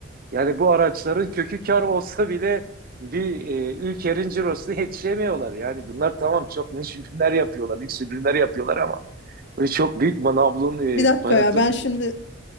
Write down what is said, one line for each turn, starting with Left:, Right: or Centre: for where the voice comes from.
Right: Yani bu araçların kökü kar olsa bile bir e, ülkenin cirosuna yetişemiyorlar. Yani bunlar tamam çok niş ürünler yapıyorlar, lüks ürünler yapıyorlar ama böyle çok büyük manablon e,
Left: Bir dakika
Right: panatı,
Left: ya ben şimdi